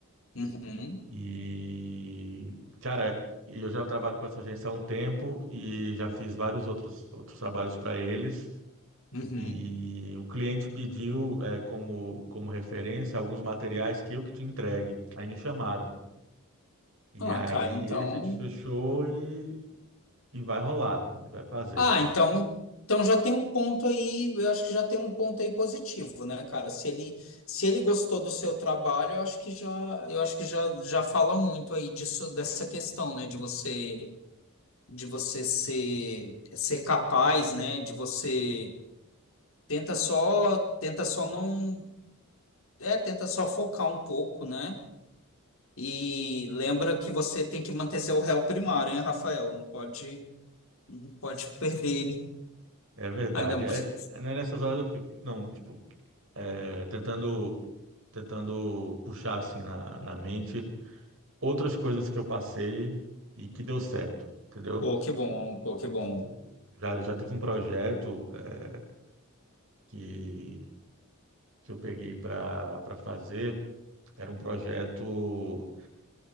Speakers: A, on the left; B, on the right.
A: Uhum.
B: E, cara, e eu já trabalho com essa agência há um tempo e já fiz vários outros, outros trabalhos para eles.
A: Uhum.
B: E o cliente pediu, eh, como, como referência alguns materiais que eu que te entregue. Aí me chamaram. E
A: Ah,
B: aí
A: cara, então.
B: a gente fechou e, e vai rolar, vai fazer.
A: Ah, então, então já tem um ponto aí, eu acho que já tem um ponto aí positivo, né, cara? Se ele, se ele gostou do seu trabalho, eu acho que já, eu acho que já, já fala muito aí disso, dessa questão, né, de você, de você ser, ser capaz, né, de você tenta só, tenta só não, é, tenta só focar um pouco, né? E lembra que você tem que manter seu réu primário, hein, Rafael? Não pode não pode perder ele.
B: É verdade.
A: Ainda mais.
B: É, né, nessas horas eu fico, não, tipo, eh, tentando, tentando puxar assim na, na mente outras coisas que eu passei e que deu certo, entendeu?
A: Pô, que bom, pô, que bom.
B: Tipo, já, já tive um projeto eh, que, que eu peguei para para fazer. Era um projeto,